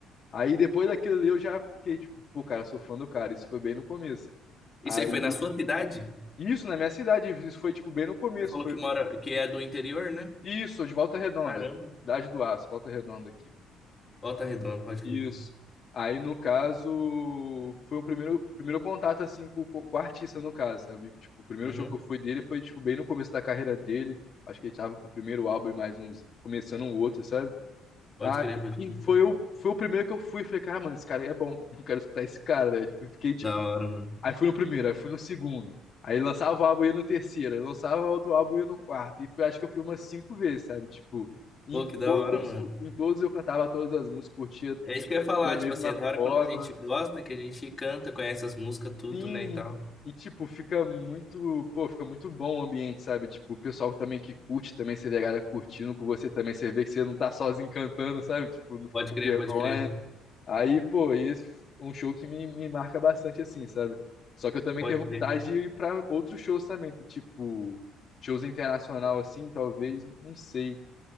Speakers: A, on the left; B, on the left.
A: Aí depois daquilo ali eu já fiquei tipo, pô, cara, sou fã do cara. Isso foi bem no começo.
B: Isso
A: Aí,
B: aí foi na sua cidade?
A: isso na minha cidade, isso foi tipo bem no começo.
B: Você falou
A: Foi
B: que mora, que é do interior, né?
A: isso, sou de Volta Redonda,
B: Caramba.
A: Cidade do Aço, Volta Redonda aqui.
B: Volta Redonda, pode crer.
A: Isso. Aí no caso, foi o primeiro, o primeiro contato assim com, com o artista no caso, sabe? Tipo, o primeiro
B: Uhum.
A: show que eu fui dele foi tipo bem no começo da carreira dele. Acho que ele tava com o primeiro álbum e mais uns começando um outro, sabe?
B: Pode
A: Aí
B: crer, pode crer.
A: foi o, foi o primeiro que eu fui. Falei, cara, mano, esse cara aí é bom. <laughs> Eu quero escutar esse cara, né? Tipo, fiquei, tipo,
B: Da hora, mano.
A: Aí fui no primeiro, aí fui no segundo. Aí lançava o álbum e ia no terceiro, aí lançava outro álbum e ia no quarto. E fui, acho que eu fui umas cinco vezes, sabe? Tipo, em
B: Pô, que da
A: todos,
B: hora, mano.
A: em todos eu cantava todas as músicas, curtia
B: É isso que eu ia falar,
A: da mesma
B: tipo assim, é da hora
A: forma.
B: quando a gente gosta, que a gente canta, conhece as músicas, tudo,
A: Sim,
B: né, e tal.
A: e tipo, fica muito, pô, fica muito bom o ambiente, sabe? Tipo, o pessoal também que curte também, você vê a galera curtindo com você também, você vê que você não tá sozinho cantando, sabe? Tipo, não fica
B: Pode
A: com
B: crer,
A: vergonha.
B: pode crer,
A: Aí, pô, isso é um show que me, me marca bastante assim, sabe? Só que eu também
B: pode
A: tenho vontade
B: crer.
A: de ir pra outros shows também, que tipo, shows internacional assim, talvez, não sei.